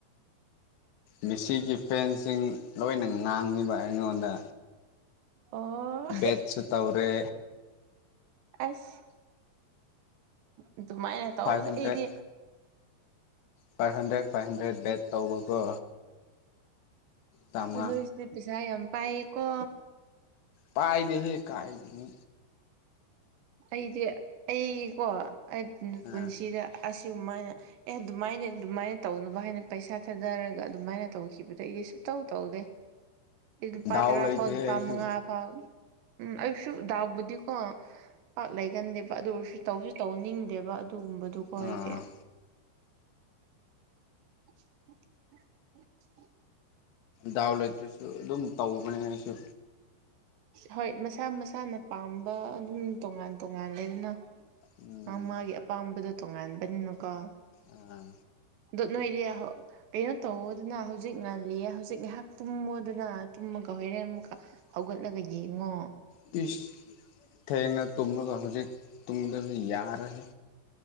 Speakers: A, on the left; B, on the right.
A: ꯃꯤꯁꯤꯒꯤ ꯐꯦꯟꯁꯤꯡ ꯂꯣꯏꯅ ꯉꯥꯡꯉꯤꯕ ꯑꯩꯉꯣꯟꯗ
B: ꯑꯣ
A: ꯕꯠ ꯁꯨ ꯇꯧꯔꯦ
B: ꯑꯁ ꯑꯗꯨꯃꯥꯏꯅ ꯇꯧꯕꯗ
A: ꯐꯥꯏꯚ ꯍꯟꯗ꯭ꯔꯦꯠ
B: ꯑꯩꯗꯤ
A: five hundred five hundred bet ꯇꯧꯕꯀꯣ ꯆꯥꯝꯃꯉꯥ
B: ꯂꯣꯏꯁꯤꯗꯤ ꯄꯩꯁꯥ ꯌꯥꯝ ꯄꯥꯏ ꯀꯣ
A: ꯄꯥꯏꯗꯦꯍꯦ ꯀꯥꯏꯗꯩꯅꯣ
B: ꯑꯩꯗꯤ ꯑꯩꯀꯣ ꯑꯩ
A: ꯑ
B: ꯄꯨꯟꯁꯤꯗ ꯑꯁꯤ ꯒꯨꯝꯃꯥꯏꯅ ꯑꯦ ꯑꯗꯨꯃꯥꯏꯅ ꯑꯗꯨꯃꯥꯏꯅ ꯇꯧꯅꯕ ꯍꯥꯏꯅ ꯄꯩꯁꯥ ꯊꯥꯗꯔꯒ ꯑꯗꯨꯃꯥꯏꯅ ꯇꯧꯈꯤꯕꯗ ꯑꯩꯗꯤ ꯁꯨꯇꯧ ꯇꯧꯗꯦ ꯂꯨꯄꯥ
A: ꯗꯥꯎ
B: ꯇꯔꯥꯄꯧ
A: ꯂꯩꯇꯦꯍꯦ
B: ꯂꯨꯄꯥ
A: ꯑꯩꯁꯨ
B: ꯃꯪꯉꯥ ꯎꯝ ꯑꯩꯁꯨ ꯗꯥꯎꯕꯨꯗꯤꯀꯣ ꯄꯥꯛ ꯂꯩꯒꯟꯗꯦꯕ ꯑꯗꯨ ꯑꯣꯏꯔꯁꯨ ꯇꯧꯖꯨ ꯇꯧꯅꯤꯡꯗꯦꯕ ꯑꯗꯨꯒꯨꯝꯕꯗꯨꯀꯣ
A: ꯑꯥ
B: ꯑꯩꯗꯤ <inaudible>
A: ꯗꯥꯎ ꯂꯩꯇ꯭ꯔꯁꯨ ꯑꯗꯨꯝ ꯇꯧꯕꯅꯦ ꯑꯩꯁꯨ
B: ꯍꯣꯏ ꯃꯁꯥ ꯃꯁꯥꯅ ꯄꯥꯝꯕ ꯑꯗꯨꯝ ꯇꯣꯉꯥꯟ ꯇꯣꯉꯥꯟ ꯂꯩꯗꯅ
A: ꯎꯝ
B: ꯃꯥ ꯃꯥꯒꯤ ꯑꯄꯥꯝꯕꯗꯣ ꯇꯣꯉꯥꯟꯕꯅꯤꯅꯀꯣ
A: ꯑꯥ
B: ꯗꯣꯠ ꯅꯣꯏꯔꯤꯌꯥ ꯍꯣ ꯀꯩꯅꯣ ꯇꯧꯋꯣꯗꯅ ꯍꯧꯖꯤꯛ ꯉꯜꯂꯤ ꯍꯧꯖꯤꯛ ꯉꯥꯏꯍꯥꯛ ꯇꯨꯝꯃꯣꯗꯅ ꯇꯨꯝꯃꯒ ꯍꯣꯏꯔꯦꯟ ꯑꯃꯨꯛꯀꯥ
A: <inaudible>
B: ꯍꯧꯒꯠꯂꯒ ꯌꯦꯡꯉꯣ
A: ꯄꯤꯁ ꯊꯦꯡꯅ ꯇꯨꯝꯂꯒ ꯍꯧꯖꯤꯛ ꯇꯨꯝꯗꯗꯤ ꯌꯥꯔꯣꯍꯦ